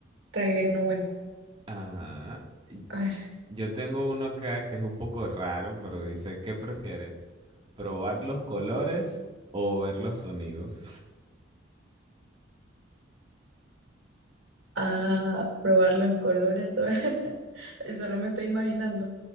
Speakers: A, on the right (about 85°); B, on the right (about 25°).
A: revivir uno bueno.
B: Ajá. Y-
A: A ver.
B: Yo tengo uno acá que es un poco raro, pero dice, ¿qué prefieres? ¿Probar los colores o ver los sonidos?
A: Ah, probar los colores. <laughs> Solo me estoy imaginando.